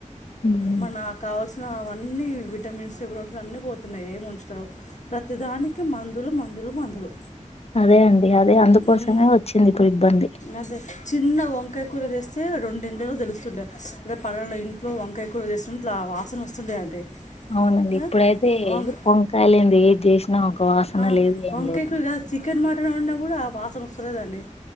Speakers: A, on the left; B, on the left.
A: ఉమ్
B: మనా కావాల్సి నావన్నీ విటమిన్స్, ప్రోటిన్ అన్ని పోతున్నయి ఏం ఉంచుతలేవు. ప్రతిదానికి మందులు, మందులు, మందులు.
A: అదే అండి అదే అందుకోసమే
B: మ్మ్.
A: వచ్చింది ఇప్పుడు ఇబ్బంది.
B: అదే చిన్న వంకాయ కూర చేస్తే రొండింటిలో తెలుస్తుండే అదే పలాన ఇం ట్లో వంకాయ కూర చేస్తు ఇట్లా వాసన వస్తుండే అంటే.
A: అవునండి ఇప్పుడైతే
B: ఆ? వం-
A: వంకాయలేంది ఏది చేసినా ఒక వాసన
B: ఆ
A: లేదు
B: వంకాయ
A: ఏం లేదు.
B: కూర కాదు చికెన్, మటన్ వండినా కూడా వాసన వస్తలేదండి.